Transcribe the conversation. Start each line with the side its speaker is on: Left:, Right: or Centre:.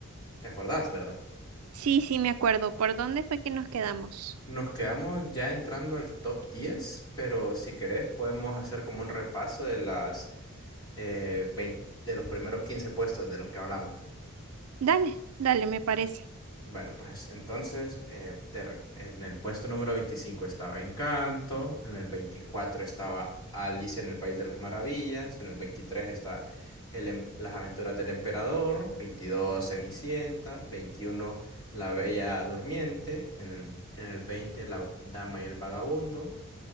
Left: ¿Te acordás, verdad?
Right: Sí, sí, me acuerdo. ¿Por dónde fue que nos quedamos?
Left: Nos quedamos ya entrando al top 10, pero si querés podemos hacer como un repaso de las eh, 20 de los primeros 15 puestos de los que hablamos.
Right: Dale, dale, me parece.
Left: Bueno, pues entonces eh, te re- en el puesto número 25 estaba Encanto, en el 24 estaba Alicia en el País de las Maravillas, en el 23 está el em- Las Aventuras del Emperador, 22 Cenicienta, 21 La Bella Durmiente, en el, en el 20 La Dama y el Vagabundo,